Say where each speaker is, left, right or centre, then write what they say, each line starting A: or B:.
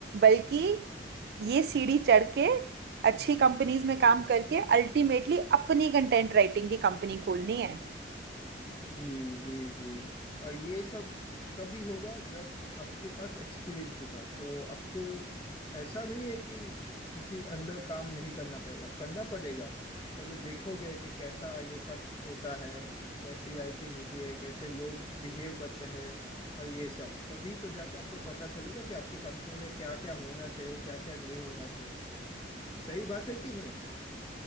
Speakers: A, on the right; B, on the left.
A: बल्कि ये सीढ़ी चढ़ के अच्छी कंपनीज में काम करके अल्टीमेटली अपनी कंटेंट राइटिंग की कंपनी खोलनी है
B: जी जी जी और ये सब कभी होगा जब आपके पास एक्सपीरियंस होगा तो आपको ऐसा नहीं है कि किसी अंदर काम नहीं करना पड़ेगा करना पड़ेगा पहले देखोगे कि कैसा ये सब होता है कैसी राइटिंग होती है कैसे लोग बिहेव करते हैं और ये सब तभी तो जाके आपको पता चलेगा कि आपकी कंपनी में क्या क्या होना चाहिए क्या क्या नहीं होना चाहिए सही बात है कि नहीं